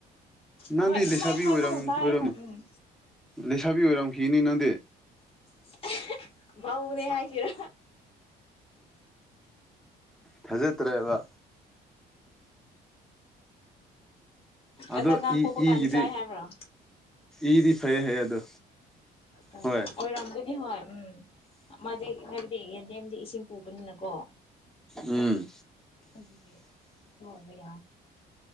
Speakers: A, in the centre; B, on the left.
A: ꯅꯪꯗꯤ
B: ꯍꯣꯏ ꯑꯗꯨꯃꯥꯏꯅ
A: ꯂꯩꯁꯥꯕꯤ
B: ꯍꯥꯏꯕꯒꯨꯝ
A: ꯑꯣꯏꯔꯝꯅꯤ
B: ꯇꯥꯏ
A: ꯑꯣꯏꯔꯝꯅꯤ
B: ꯍꯣꯏ ꯎꯝ
A: ꯂꯩꯁꯥꯕꯤ ꯑꯣꯏꯔꯝꯈꯤꯅꯤ ꯅꯪꯗꯤ
B: <inaudible> ꯍꯥꯏꯁꯤꯔꯥ
A: ꯐꯥꯖꯠꯇ꯭ꯔꯦꯕ ꯑꯗꯣ
B: ꯑꯗ ꯑꯉꯥꯡ
A: ꯏ
B: ꯄꯣꯛꯄ ꯀꯥꯟꯗ
A: ꯏꯒꯤꯗꯤ
B: ꯆꯥꯏ ꯍꯥꯏꯕ꯭ꯔꯣ
A: ꯏꯗꯤ ꯐꯩ ꯐꯩꯌꯦ ꯑꯗꯣ
B: ꯑꯣ
A: ꯍꯣꯏ
B: ꯑꯣ ꯔꯝꯖꯅꯤ ꯍ ꯎꯝ ꯃꯥꯗꯤ ꯍꯥꯏꯕꯗꯤ ꯅꯦꯝꯗꯤ ꯏꯁꯤꯡ ꯄꯨꯕꯅꯤꯅꯀꯣ
A: ꯎꯝ
B: ꯑꯗꯨꯒꯤ ꯍꯣꯏꯕ ꯌꯥꯏ